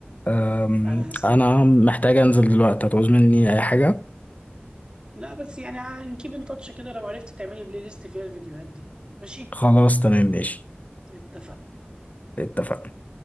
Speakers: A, on the left; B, on the right.
A: أم،
B: انا هسعد
A: انا
B: والله
A: محتاج انزل دلوقتي هتعوز مني اي حاجة
B: لا بس يعني نكيب ان تاتش كده لو عرفت تعملي بلاي ليست فيها الفيديوهات دي ماشي
A: خلاص تمام ماشي
B: اتفق
A: اتفقنا